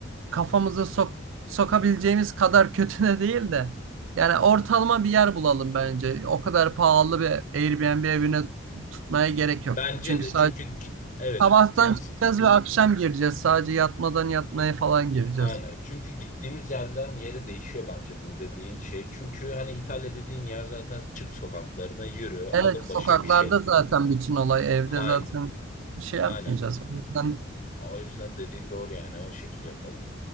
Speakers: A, on the right; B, on the left.
A: kafamızı sok sokabileceğimiz kadar kötü de değil de yani ortalama bir yer bulalım bence. O kadar pahalı bir Airbnb evine tutmaya gerek
B: Bence
A: yok. Çünkü
B: de
A: sadece
B: çünkü gi- evet
A: Sabahtan
B: gittiğimiz
A: çıkacağız ve akşam gireceğiz. Sadece yatmadan yatmaya falan gireceğiz.
B: Aynen. Çünkü gittiğimiz yerden yere değişiyor bence bu dediğin şey. Çünkü hani İtalya dediğin yer zaten çık sokaklarına yürü, adım
A: Evet,
B: başı
A: sokaklarda
B: bir şey.
A: zaten bütün olay. Evde
B: Aynen.
A: zaten şey yapmayacağız.
B: Aynen.
A: O yüzden
B: O yüzden dediğin doğru yani. O şekil yapalım.